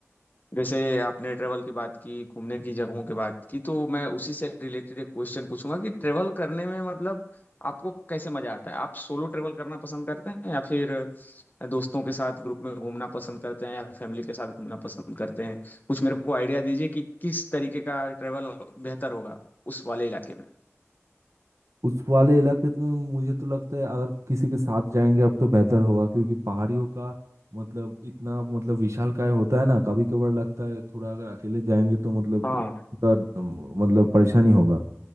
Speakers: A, on the left; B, on the right.
A: जैसे आपने ट्रेवल की बात की घूमने की जगहों की बात की तो मैं उसी से रिलेटेड एक क्वेश्चन पूछूंगा कि ट्रेवल करने में मतलब आपको कैसे मजा आता है आप सोलो ट्रेवल करना पसंद करते हैं या फिर दोस्तों के साथ ग्रुप में घूमना पसंद करते हैं या फैमिली के साथ घूमना पसंद करते हैं कुछ मेरे को आइडिया दीजिए कि किस तरीके का ट्रेवल बेहतर होगा उस वाले इलाके में
B: उस वाले इलाके में मुझे तो लगता है अगर किसी के साथ जाएंगे अब तो बेहतर होगा क्योंकि पहाड़ियों का मतलब इतना मतलब विशालकाय होता है ना कभी कभार लगता है थोड़ा अगर अकेले जाएंगे तो मतलब
A: हाँ
B: अ, मतलब परेशानी होगा